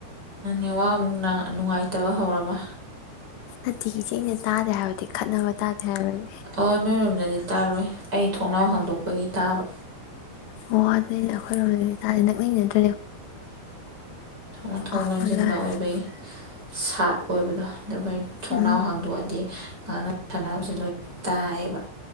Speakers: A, on the right; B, on the left.
A: ꯅꯦꯋꯥꯛ ꯑꯃꯨꯛ ꯅ ꯡꯅꯨꯡꯉꯥꯏꯇꯕ ꯍꯧꯔꯕ꯫
B: ꯅꯠꯇꯤ ꯏꯆꯦ ꯑꯩꯅ ꯇꯥꯗꯦ ꯍꯥꯏꯕꯗꯤ ꯈꯠꯅꯕ ꯇꯥꯗꯦ꯫ ꯍꯥꯏꯕꯅꯤ
A: ꯑꯣ ꯅꯣꯏꯔꯣꯝꯗꯗꯤ ꯇꯥꯔꯣꯏ ꯑꯩ ꯊꯣꯡꯅꯥꯎ ꯍꯥꯡꯗꯣꯛꯄꯒꯤ꯫ ꯇꯥꯕ꯫
B: ꯑꯣ ꯑꯗꯨꯅꯦꯅꯦ ꯑꯩꯈꯣꯏꯔꯣꯝꯗꯗꯤ ꯇꯗꯤ ꯅꯛ ꯂꯩꯅꯗ꯭ꯔꫭ꯫
A: ꯑ ꯊꯣꯡ
B: ꯑꯣ
A: ꯂꯣꯟꯁꯤꯟꯕ ꯑꯣꯏꯕꯒꯤ ꯁꯥꯠ ꯑꯣꯏꯕꯗꯣ꯫ ꯑꯗ ꯑꯈꯣꯏ ꯊꯣꯡꯅꯥꯎ
B: ꯎꯝ
A: ꯍꯥꯡꯗꯣꯛꯑꯗꯤ꯫ ꯉꯥꯛꯅ ꯁꯥꯛꯅꯕꯁꯦ ꯂꯣꯏ ꯇꯥꯏꯌꯦꯕ꯫